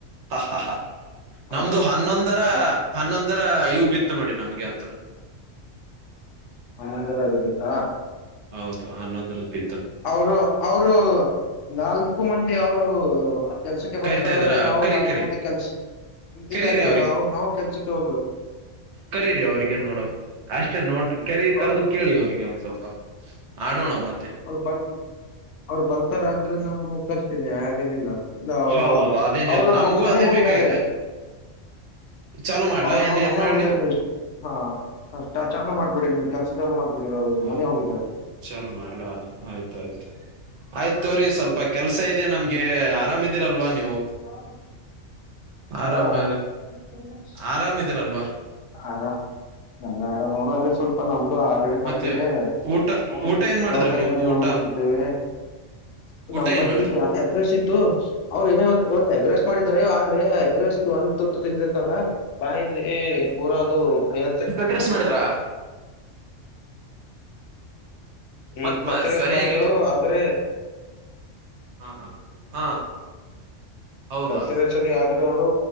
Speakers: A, on the right; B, on the left.
A: ಹಾ ಹಾ ಹಾ ನಮ್ದು
B: ಅದು
A: ಹನ್ನೊಂದರ ಹನ್ನೊಂದರ ಇವು ಬಿತ್ತು ನೋಡಿ ನಮ್ಗೆ ಅಂತ
B: ಹಂದರ ಆಗಿರುತ್ತಾ
A: ಹೌದು ಹನ್ನೊಂದ್ರದ ಬಿ
B: ಅವರು ಅವರು ನಾಲ್ಕು ಮಂದಿ ಅವ್ರು ಆ ಕೆಲ್ಸಕ್ಕೆ ಬರ್ತಾರತ್ತೆ
A: ಕರಿತಾ ಇದಾರ
B: ನಾವು
A: ಕರಿ
B: ನಾಲ್ಕು
A: ಕರಿ
B: ಮಂದಿ ಕೆಲ್ಸ ಇಲ್ಲ
A: ಕರೀರಿ
B: ಇಲ್ಲ ನಾವು ನಾವವು ಕೆಲ್ಸಕ್ಕೆ ಹೋಗ್ಬೇಕು
A: ಕರಿರಿ ಅವ್ರಿಗೆ ನೋಡೋ ಅಷ್ಟೇ ನೋಡ್ ಕರಿ
B: ಅವರು
A: ಕರೆದು ಕೇಳಿ ಅವ್ರಿಗೆ ಒಂದ್ ಸ್ವಲ್ಪ ಆಡೋಣ ಮತ್ತೆ
B: ಬರ್ತ ಬರ್ ತ್ತರ ಅಂದ್ರೆ ನಾನು ಕರಿತೀನಿ ಹಾಗೇನಿಲ್ಲ ಇಲ್ಲ ಅವರು
A: ಹೌದೌದು ಅದೇನಿಲ್ಲ
B: ಅವರು
A: ನಮಗೂ
B: ಮನೆಗ್
A: ಅದೇ
B: ಹೋಗಿದ್ದಾರೆ
A: ಬೇಕಾಗಿದೆ <unintelligible> ಚಾಲು ಮಾಡ್ಲಾ
B: ಅವ್ರ
A: ಏನ್
B: ಅವ್ರ
A: ಏನ್
B: ಮನೆ
A: ಮಾಡ್ಲಿ
B: ಹೋಗಿದ್ದಾರೆ ನೀವು ಹಾ ಚಾಲೂ ಮಾಡ್ಬೇಡಿ ನೀವು ಕೆಲ್ <unintelligible> ಮಾಡಬಿಡಿ ಅವರು
A: ಹೌದೌದು
B: ಮನೆ ಹೋಗಿದ್ದಾರೆ
A: ಚಾಲು ಮಾಡ್ ಅಲ್ಲ ಆಯ್ತ್ ಆಯ್ತು ಆಯ್ತ್ ತೋರಿ ಸ್ವಲ್ಪ ಕೆಲ್ಸ ಇದೆ ನಮ್ಗೆ ಆರಾಮಿ ಇದಿರಲ್ವಾ ನೀವು?
B: ಹಾ ಹ
A: ಆರಾಮ
B: ಹಾ <unintelligible>
A: ಆರಾಮಿದೀರಲ್ವಾ
B: ಅದಾ ನನ್ನ ಆರಾಮು ಅದೇ ಸ್ವಲ್ಪ ನಮ್ದು ಆ <unintelligible>
A: ಮತ್ತೆ
B: ತಪ್ಪಿದೆ
A: ಊಟ
B: <unintelligible>
A: ಊಟ ಏನ್ ಮಾಡಿದ್ರಿ
B: ದೌಖಾನಿಯನ್ನು
A: ನೀವು ಊಟ
B: ಹೊಗುತಿದ್ದೇವೆ. <unintelligible>
A: ಊಟ ಏನ್ ಮಾಡಿದ್ರಿ
B: ಅದೆ ಅಗ್ರೆಸ್ಟ ಇತ್ತು ಅವ್ರ <unintelligible> ಇವತ್ ಅಗ್ರೆಸ್ಟ ಮಾಡಿದ್ರ ಆದ್ರೆ ಅಗ್ರೆಸ್ಟ ಒಂದ್ ತುತ್ತು ತಿಂದಿದಾಗ ಬಾಯಲ್ಲಿ ಪೂರಾ ಅದು ಏನಂತರೆ?
A: <unintelligible> ಮಾಡಿದ್ರಾ?
B: ಹ್ಮ
A: ಮತ್ ಮ
B: ಪತ್ತ ರೇಸ್
A: ಸರಿಯಾಗಿ
B: ಮಾಡಿದ್ರು ಆದ್ರೆ?
A: ಹಾ ಹಾ ಹಾ ಹೌದಾ
B: ಪತ್ತ ರೆಸಲಿ ಆದ್ರೆ ಅವರು